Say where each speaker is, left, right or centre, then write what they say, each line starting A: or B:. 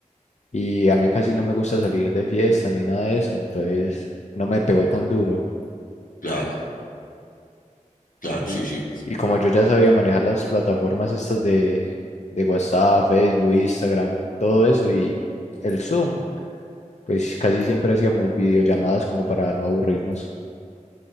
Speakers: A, on the left; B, on the left.
A: y a mí casi no me gusta salir de fiesta ni nada de eso, entonces no me pegó tan duro.
B: Claro, claro,
A: Y,
B: sí, sí.
A: y como yo ya sabía manejar las plataformas estas de, de WhatsApp, Facebook, Instagram, todo eso y el Zoom. pues casi siempre hacíamos videollamadas como para no aburrirnos.